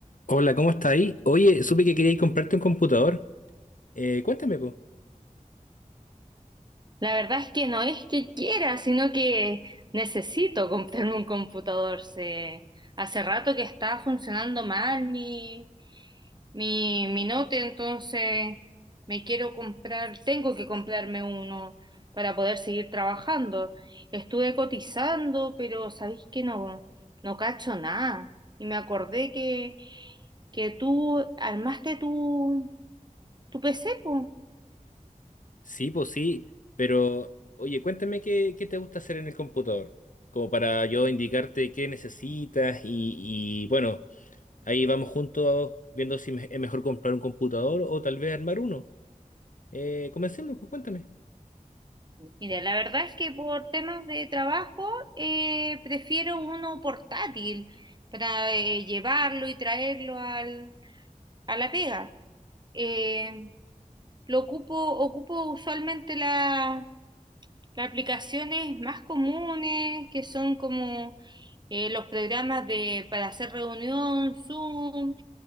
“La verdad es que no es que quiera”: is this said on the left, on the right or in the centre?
Right